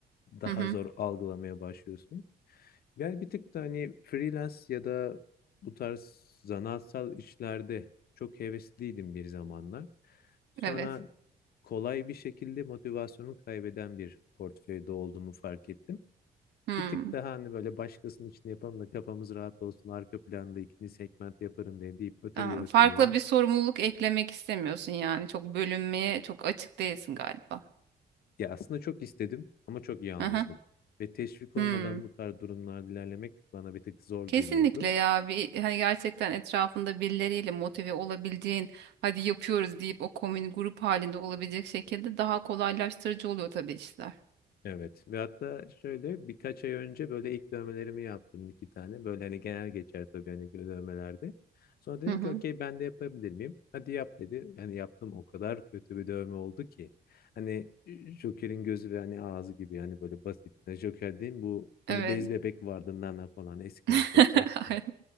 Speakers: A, on the left; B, on the right.
A: daha
B: Hı hı.
A: zor algılamaya başlıyorsun. Yani bir tık da hani freelance ya da bu tarz zanaatsal işlerde çok hevesliydim bir zamanlar. Sonra
B: Evet.
A: kolay bir şekilde motivasyonumu kaybeden bir portföyde olduğumu fark ettim.
B: Hmm.
A: Bir tık daha hani böyle başkasının için yapalım da kafamız rahat olsun arka planda ikinci segment yaparım diye deyip öteleye
B: Aa,
A: öteleye.
B: Farklı bir sorumluluk eklemek istemiyorsun yani çok bölünmeye çok açık değilsin galiba.
A: Ya aslında çok istedim ama çok yalnızdım.
B: Hı hı.
A: Ve teşvik
B: Hmm.
A: olmadan bu tarz durumlarda ilerlemek bana bir tık zor
B: Kesinlikle
A: geliyordu.
B: ya bir hani gerçekten etrafında birileriyle motive olabildiğin hadi yapıyoruz deyip o komün grup halinde olabilecek şekilde daha kolaylaştırıcı oluyor tabii işler.
A: Evet. Ve hatta şöyle birkaç ay önce böyle ilk dövmelerimi yaptım iki tane. Böyle hani genel geçer tabii hani dövmelerde. Sonra dedim
B: Hı hı.
A: ki okey ben de yapabilir miyim? Hadi yap dedi. Hani yaptım o kadar kötü bir dövme oldu ki. Hani Joker'in gözü ve hani ağzı gibi yani böyle basit. Yani Joker değil bu hani
B: Evet.
A: bez bebek vardı Nana falan eskiden
B: <laughs>
A: Fox'a çıkan.
B: Aynen.